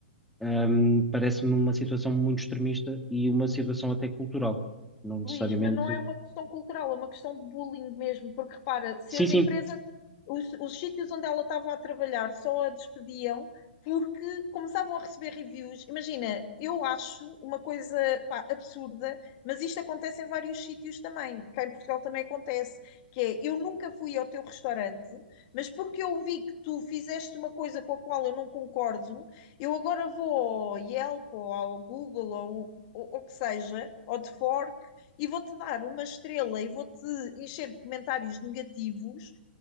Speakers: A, in the centre; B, on the left.
A: Ahm, parece-me uma situação muito extremista e uma situação até cultural. Não necessariamente.
B: Luís, mas não é uma questão cultural, é uma questão de bullying mesmo, porque repara, se
A: Sim,
B: as
A: sim,
B: empresas, os, os sítios onde ela estava a trabalhar só a despediam porque começavam a receber reviews. Imagina, eu acho uma coisa, pá, absurda, mas isto acontece em vários sítios também, cá em Portugal também acontece, que é, eu nunca fui ao teu restaurante, mas porque eu vi que tu fizeste uma coisa com a qual eu não concordo, eu agora vou ao Yelp ou ao Google ou ou- ou o que seja, ou de Fork e vou-te dar uma estrela e vou-te encher de comentários negativos